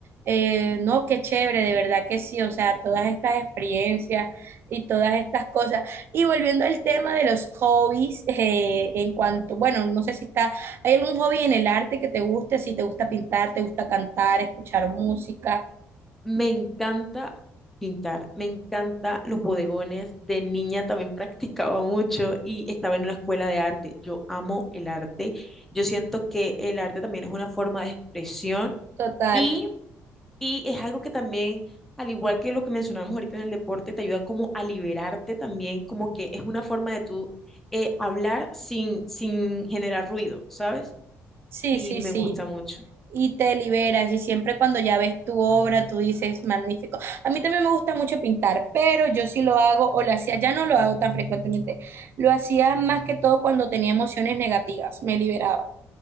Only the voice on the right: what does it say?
Eh, no, qué chévere, de verdad que sí, o sea, todas estas experiencias y todas estas cosas. Y volviendo al tema de los hobbies, eh, en cuanto, bueno, no sé si está, ¿hay algún hobby en el arte que te guste? Si te gusta pintar, te gusta cantar, escuchar música,
total.
Sí,
sí,
sí.
y te liberas. Y siempre cuando ya ves tu obra, tú dices, magnífico. A mí también me gusta mucho pintar, pero yo sí lo hago, o lo hacía, ya no lo hago tan frecuentemente. Lo hacía más que todo cuando tenía emociones negativas, me liberaba